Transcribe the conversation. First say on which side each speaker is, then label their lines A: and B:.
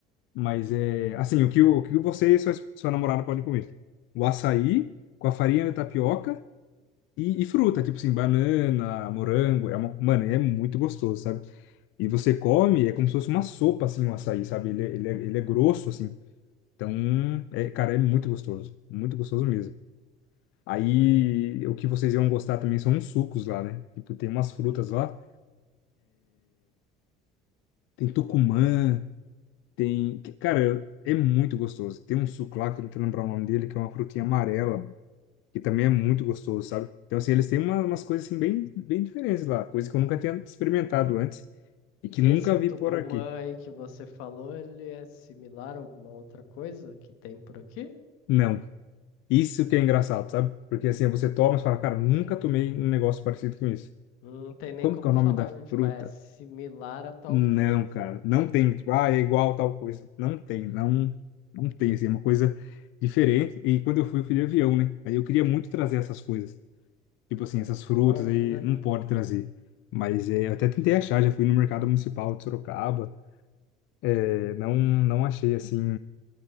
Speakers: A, on the left; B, on the left.
A: Mas é. Assim, o que, o que você e sua, sua namorada podem comer? O açaí com a farinha de tapioca e, e fruta, tipo assim, banana, morango. É uma, mano, é muito gostoso, sabe? E você come, é como se fosse uma sopa, assim, o açaí, sabe? Ele, é- ele, é, ele é grosso, assim. Então, é, cara, é muito gostoso. Muito gostoso mesmo. Aí,
B: Aham.
A: o que vocês iam gostar também são uns sucos lá, né? Tipo, tem umas frutas lá. Tem tucumã, tem... Cara, é muito gostoso. Tem um suco lá, que eu não quero lembrar o nome dele, que é uma frutinha amarela, que também é muito gostoso, sabe? Então, assim, eles têm uma- umas coisas, assim, bem, bem diferentes lá. Coisa que eu nunca tinha experimentado antes e que
B: Esse
A: nunca
B: Tucumã
A: vi por aqui.
B: aí que você falou, ele é similar a alguma outra coisa que tem por aqui?
A: Não. Isso que é engraçado, sabe? Porque, assim, você toma e fala, cara, nunca tomei um negócio parecido com isso.
B: Não tem nem
A: Como
B: como
A: que é o
B: falar,
A: nome da
B: né? Tipo,
A: fruta?
B: é similar a tal
A: Não,
B: coisa,
A: cara, não tem, tipo, ah, é igual tal coisa. Não tem, não, não tem, assim, é uma coisa diferente. E quando eu fui, eu fui de avião, né? Aí eu queria muito trazer essas coisas. Tipo assim,
B: mas
A: essas
B: não
A: frutas
B: pode,
A: aí,
B: né?
A: não pode trazer. Mas é, eu até tentei achar, já fui no mercado municipal de Sorocaba. É, não, não achei, assim,